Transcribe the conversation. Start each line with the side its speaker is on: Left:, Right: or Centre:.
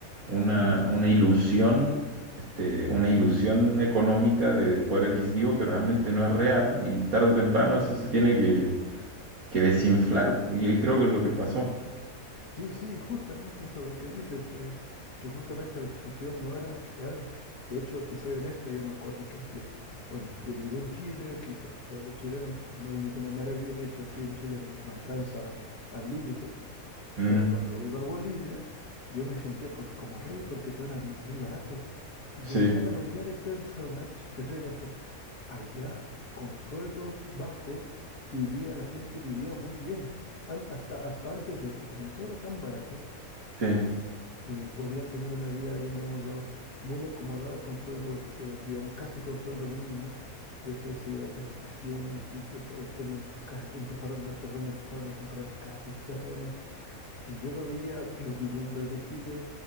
Right: una,
Left: ujú,
Right: una ilusión. Este, una ilusión económica de poder adquisitivo que realmente no es real y tarde o temprano
Left: ujú, ujú,
Right: eso
Left: ujú,
Right: se tiene que, que desinflar
Left: ujú.
Right: y creo que es lo que pasó.
Left: Sí, sí, sí, justamente eso lo que dices, que, que justamente la situación no era real. De hecho, te soy honesto, yo me acuerdo que yo, bueno, yo vivo en Chile, aquí con sueldo chileno, que no es ninguna maravilla, de hecho aquí en Chile me, me alcanza al límite.
Right: Mm,
Left: Pero cuando iba a Bolivia, yo me sentía pues como rey porque todo era mu- muy barato. Y
Right: sí,
Left: allá la mayoría de personas, te soy honesto, allá con sueldos bajos vivía la gente, vivía muy bien. An- hasta, hasta antes de esto, como todo era tan barato,
Right: sí,
Left: eh, podían tener una vida, llamémoslo, muy acomodada con sueldos, eh, digamos, casi con sueldo mínimo, de que se iban de vacaciones y que pues, tenían, cas- empezaron, las personas empezaron a comprar casas y terrenos y yo lo veía, yo viviendo desde Chile,